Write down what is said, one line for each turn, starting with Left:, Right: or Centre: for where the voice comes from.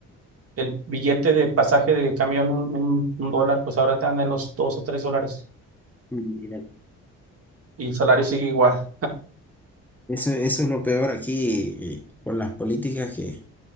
Right: el billete de pasaje de camión un, un, un dólar, pues ahora te dan en los dos o tres dólares.
Centre: Mira,
Right: y el salario sigue igual.
Centre: eso, eso es lo peor aquí eh, con las políticas que...